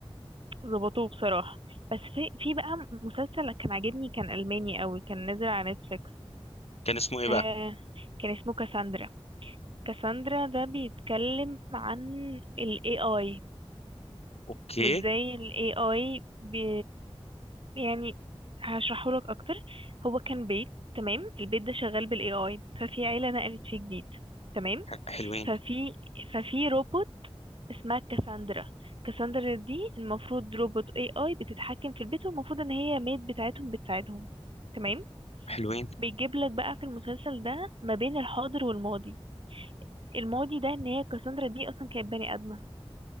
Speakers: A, on the right; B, on the left.
A: ظبطوه بصراحة بس في في بقى مسلسل كان عاجبني كان ألماني قوي كان نازل على نتفليكس
B: كان اسمه ايه بقى
A: آه كان اسمه كاساندرا كاساندرا ده بيتكلم عن ال AI
B: اوكي
A: وازاي ال AI بي يعني هشرحهولك اكتر هو كان بيت تمام البيت ده شغال بال AI ففي عيلة نقلت فيه جديد تمام
B: حلوين
A: ففي ففي روبوت اسمها كاساندرا كاساندرا دي المفروض روبوت AI بتتحكم في البيت والمفروض ان هي ميد بتاعتهم بتساعدهم تمام
B: حلوين
A: بيجيب لك بقى في المسلسل ده ما بين الحاضر والماضي الماضي ده ان هي كاساندرا دي اصلا كانت بني ادمه